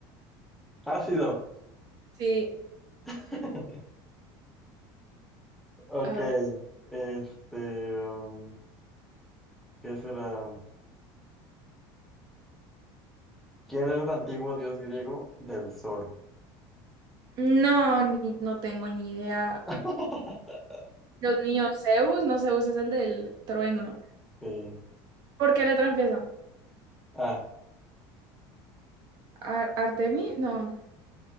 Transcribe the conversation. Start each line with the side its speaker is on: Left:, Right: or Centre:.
Centre: Ácido.
Right: Sí,
Centre: <laughs> Ok.
Right: a ver.
Centre: Este, um, ¿qué será? ¿Quién era el antiguo dios griego del sol?
Right: No, ni- no tengo ni idea.
Centre: <laughs>
Right: Dios mío, Zeus, no, Zeus es el del trueno.
Centre: Sí.
Right: ¿Por qué letra empieza?
Centre: Ah,
Right: ¿Ar- ¿Artemi? No,